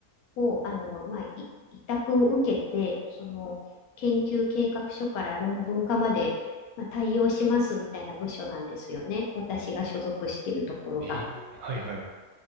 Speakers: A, on the left; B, on the right.
A: を、あの、まあ、い委託を受けて、その、研究計画書から論文化まで、まあ、対応しますみたいな部署なんですよね。私が所属しているところが。
B: ええ、はい、はい、